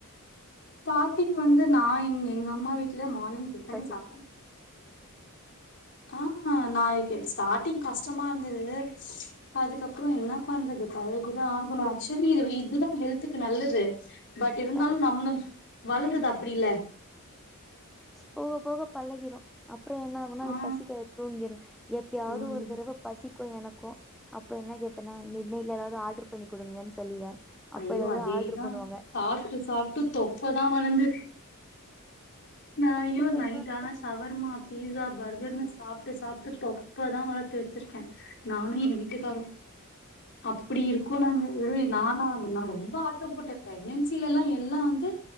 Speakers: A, on the left (about 55°); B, in the centre.
A: ஸ்டார்டிங வந்து நா இங் எங்க அம்மா வீட்ல மார்னிங் குக் பண்ணி
B: பசி
A: சாப் ஆ நாளைக்கி எனக் ஸ்டார்டிங் கஷ்டமா இருந்தது அதுக்கப்புற என்ன பண்றது பழகிதா ஆகணு ஆக்சுவலி இது இதுதா ஹெல்த்துக்கு நல்லது பட் இருந்தாலு
B: கரெக்ட்
A: நம்ம வளந்தது அப்படில்ல
B: போக போக பழகிரு அப்புற என்ன ஆகுனா அது
A: ஆ
B: பசிக்காது தூங்கிறே எட் எப்பயாவது
A: ம்
B: ஒரு தரவ பசிக்கு எனக்கு அப்ப என்ன கேப்பேன்னா மிட்நைட்ல எதாவது ஆர்டர் பண்ணி குடுங்கன்னு சொல்லிருவே அப்ப
A: ஐயோ
B: ஏதாவது
A: அதேதா
B: ஆர்டர் பண்ணுவாங்க
A: சாப்ட்டு சாப்ட்டு தொப்பதா வளந்து நா
B: ஆர்டர்
A: ஜயோ
B: பண்ணுவாங்க
A: நைட் ஆனா சவர்மா பீஸா பர்கர்னு சாப்ட்டு சாப்ட்டு தொப்பதா வளத்து வச்சிருக்கே நானும் எ வீட்டுக்காரு அப்டி இருக்கோ நாங்க நானா அனனா ரொம்ப ஆட்டம் போட்டே பிரெக்னன்சில எல்லா வந்து